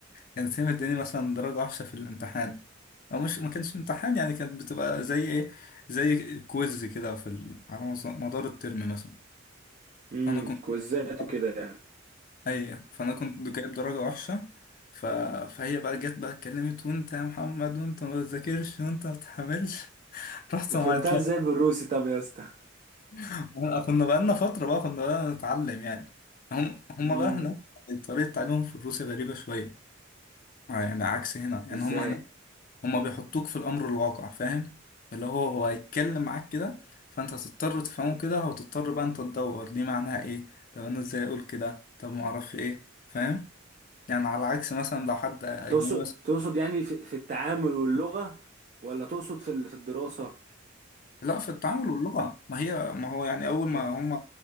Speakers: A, on the left; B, on the right.
A: كانت هي مداني مثلا درجة وحشة في الامتحان أو مش ما كانش امتحان يعني كانت بتبقى زي إيه زي كويز كده في ال... على مس- مدار الترم مثلا
B: امم
A: فأنا كنت
B: كوزات
A: <laughs>
B: وكده يعني
A: أي فأنا كنت جايب درجة وحشة ف... فهي بقى جت بقى اتكلمت وأنت يا محمد وأنت ما بتذاكرش وأنت ما بتحملش <laughs> رحت
B: وفهمتها
A: معيط
B: ازاي بالروسي طب يا اسطى
A: آه، كنا بقالنا فترة بقى كنا بقى نتعلم يعني هم هم
B: امم
A: بقى هناك طريقة تعليمهم في روسيا غريبة شوية آه، يعني عكس هنا يعني
B: ازاي
A: هم هناك هم بيحطوك في الأمر الواقع فاهم اللي هو هو هيتكلم معاك كده فأنت هتضطر تفهمه كده وتضطر بقى أنت تدور دي معناها إيه طب أنا إزاي أقول كده طب معرفش إيه فاهم يعني على عكس مثلا لو حد أجنبي
B: تقصد تقصد يعني في, في التعامل واللغة ولا تقصد في ال- في الدراسة
A: لا في التعامل واللغة ما هي ما هو يعني أول ما
B: يا-
A: هم